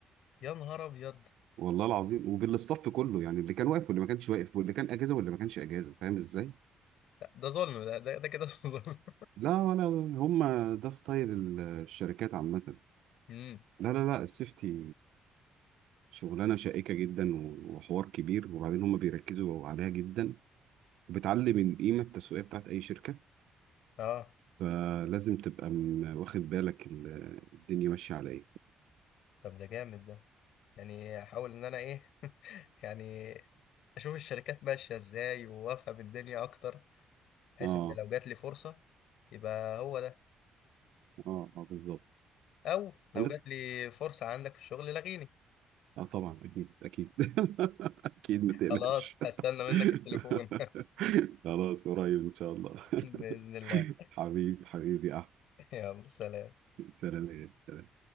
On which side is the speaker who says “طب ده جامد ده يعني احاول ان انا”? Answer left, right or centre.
Left